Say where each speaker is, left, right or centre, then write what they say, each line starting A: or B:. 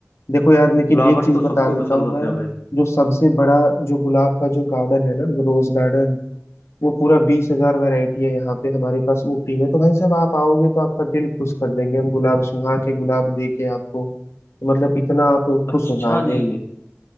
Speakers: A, on the left; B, on the left.
A: देखो यार लेकिन
B: फ्लावर्स
A: एक चीज
B: तो
A: बता
B: सबको
A: देता
B: पसंद
A: हूँ
B: होते
A: मैं
B: हैं भाई
A: जो सबसे बड़ा जो गुलाब का जो गार्डन है ना वो रोज गार्डन वो पूरा बीस हजार वेराइटी है यहाँ पे हमारे पास ऊटी में तो भाई साहब आप आओगे तो आपका दिल खुश कर देंगे हम गुलाब सुहा के गुलाब दे के आपको तो मतलब इतना आप
B: अच्छा
A: खुश हो जाओगे
B: जी